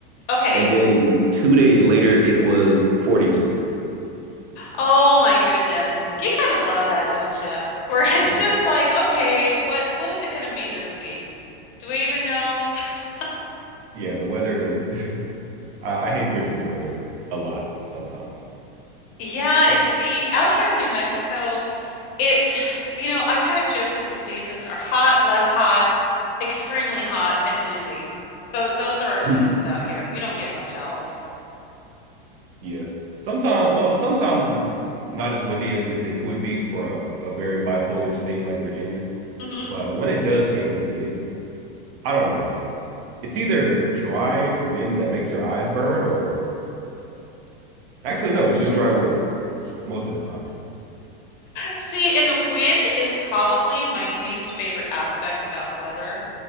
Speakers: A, on the left; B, on the right.
A: Okay.
B: And then two days later it was 42.
A: Oh my goodness. You gotta love that, don't you? Where <laughs> it's
B: Yeah.
A: just like, okay, what what is it gonna be this week? Do we even know? <laughs>
B: Yeah, the weather is <laughs> I, I hate Virginia weather a lot sometimes.
A: Yeah,
B: But
A: and see, out here in New Mexico, It, you know, I kind of joke that the seasons are hot, less hot, extremely hot, and windy. Tho those are our
B: <clears throat>
A: seasons out here. We don't get much else.
B: Yeah. Sometimes, well, sometimes it's not as windy as you'd think it would be for a, a very bipolar state like Virginia.
A: hmm
B: But when it does get windy, it, I don't know, like it's either dry wind that makes your eyes burn or actually, no, it's just dry wind most of the time.
A: See, and the wind is probably my least favorite aspect about weather.